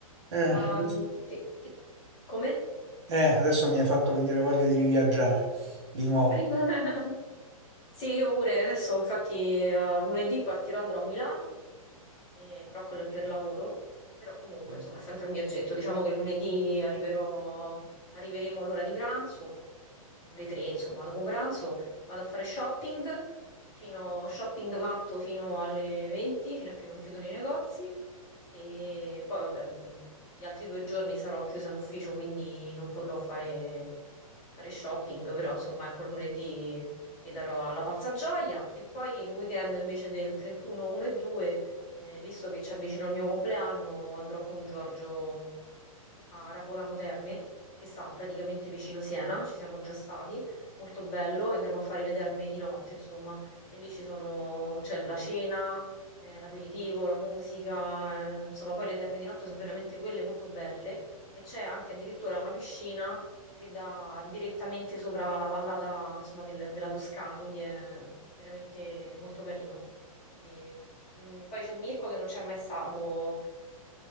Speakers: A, on the right; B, on the left.
A: Eh,
B: Ma
A: adesso
B: mm, che te- che- come?
A: eh, adesso mi hai fatto venire voglia di riviaggiare di nuovo.
B: <laughs> Sì, io pure adesso, infatti, eh, lunedì partirò, andrò a Milano, eh, però quello è per lavoro, però comunque,
A: <laughs>
B: insomma, è sempre un viaggetto. Diciamo che lunedì arriverò, arriveremo all'ora di pranzo, le tre, insomma, dopo pranzo, vado a fare shopping, fino, shopping matto fino alle 20, fino a che non chiudono i negozi. E poi, vabbè, mh, gli altri due giorni sarò chiusa in ufficio, quindi non potrò fare, fare shopping, però insomma, ecco, lunedì mi darò alla pazza gioia. E poi il weekend invece del 31, 1 e 2, eh, visto che ci avvicina il mio compleanno, andrò con Giorgio a Rapolano Terme, che sta praticamente vicino Siena, ci siamo già stati, molto bello, e andremo a fare le terme di notte, insomma, e lì ci sono, c'è la cena, eh, l'aperitivo, la musica, eh, insomma, poi le terme di notte sono veramente quelle molto belle e c'è anche addirittura una piscina che dà direttamente sopra la vallata, insomma, del- della Toscana, quindi è veramente molto carino. Quindi, mm, poi c'è Mirko che non c'è mai stato